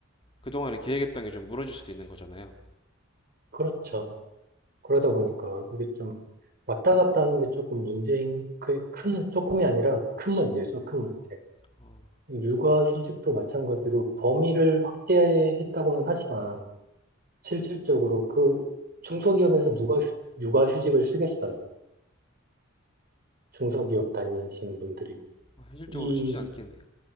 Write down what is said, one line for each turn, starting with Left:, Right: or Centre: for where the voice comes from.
Left: 그동안에 계획했던 게 좀 무너질 수도 있는 거잖아요.
Right: 그렇죠. 그러다 보니까 이게 좀 왔다 갔다 하는 게 조금 문제인, 그 큰, 조금이 아니라 큰 문제죠. 큰 문제.
Left: 어,
Right: 육아휴직도 마찬가지로 범위를 확대했다고는 하지만 실질적으로 그 중소기업에서 누가 휴- 육아휴직을 쓰겠어요. 중소기업 다니시는 분들이.
Left: 아, 현실적으로
Right: 이
Left: 쉽진 않겠네요.